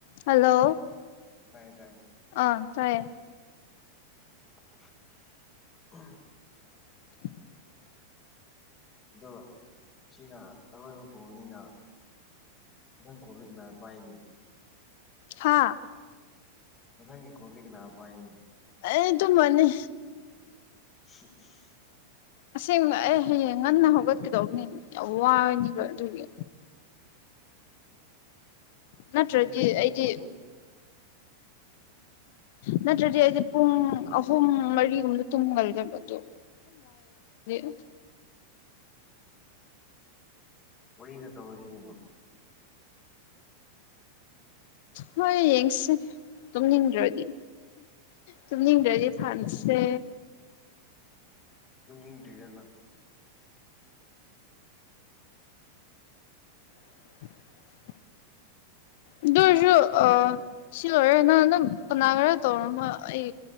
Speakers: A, on the left (about 50°); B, on the left (about 30°).
A: hello
B: ꯇꯥꯏꯌꯦ ꯇꯥꯏꯌꯦ
A: ꯑꯥ ꯇꯥꯏꯌꯦ
B: <unintelligible>
A: <unintelligible>
B: ꯑꯗꯣ ꯁꯤꯅꯥ ꯑꯔꯣꯏꯕ ꯒꯣꯜꯅꯤꯅ ꯑꯗꯨꯗꯪ ꯀꯂꯤ ꯀꯅꯥ ꯄꯥꯏꯅꯤ
A: ꯍꯥꯥ
B: ꯃꯊꯉ ꯒꯣꯜꯗꯤꯀꯅꯥ ꯄꯥꯏꯅꯤ
A: ꯑꯩ ꯇꯨꯝꯃꯅꯤ
B: <unintelligible>
A: ꯑꯁꯦꯡꯕ ꯑꯩ ꯍꯌꯦꯡ ꯉꯟꯅ ꯍꯧꯒꯠꯀꯗꯧꯕꯅꯤꯅ ꯌꯥꯝ ꯋꯥꯔꯅꯤꯕ ꯑꯗꯨꯒꯤ
B: <unintelligible>
A: ꯅꯠꯇ꯭ꯔꯣꯗꯤ
B: ꯇꯨꯝꯈꯤꯅꯨꯍꯦ
A: ꯑꯩꯗꯤ
B: ꯋꯥꯔꯤ
A: ꯅꯠꯇ꯭ꯔꯗꯤ ꯑꯩꯗꯤ ꯄꯨꯡ ꯑꯍꯨꯝ ꯃꯔꯤꯒꯨꯝꯗ ꯇꯨꯝꯒꯜꯗꯕ ꯑꯗꯨ <unintelligible>
B: ꯋꯥꯔꯤ ꯈꯔ ꯇꯧꯔꯁꯤ ꯀꯩꯅꯣ
A: ꯍꯣꯏ ꯌꯦꯡꯁꯤ ꯇꯨꯝꯅꯤꯡꯟꯗ꯭ꯔꯗꯤ ꯇꯨꯝꯅ ꯏꯪ꯭ꯔꯦꯖꯤ ꯊꯥꯟꯕꯁꯦ
B: ꯇꯨꯝꯅꯤꯡꯗꯔꯤꯔꯥ ꯅꯪꯕꯣ
A: <unintelligible> ꯑꯗꯨꯑꯣꯏꯁꯨ ꯑꯥ
B: ꯑꯗꯣ
A: ꯁꯤ ꯑꯣꯏꯔꯦ ꯅꯪ ꯅꯝ ꯀꯅꯥ ꯈꯔ ꯇꯧꯔꯃ ꯑꯩ